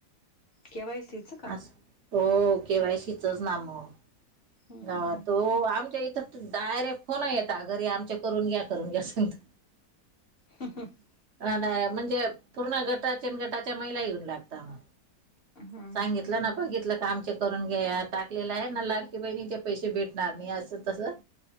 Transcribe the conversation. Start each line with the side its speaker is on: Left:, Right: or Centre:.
Left: के. वाय. सी. चं का?
Right: असं हो, के. वाय. सी च ना म.
Left: हम्म
Right: का
Left: हम्म
Right: तो आमच्या इथं डायरेक्ट फोन येत घरी आमच्या करून घ्या करून घ्या सगता.
Left: ह्.. ह्.. <inaudible>
Right: नाही म्हणजे पूर्ण गटाचेन गटाच्या महिला येऊन लागता मग.
Left: हम्म
Right: सांगितलं
Left: हम्म
Right: ना. बघितलं का आमचे करून घ्या टाकलेलं आहे ना लाड. की, बहिणीचे पैसे भेटणार नाही असं तसं.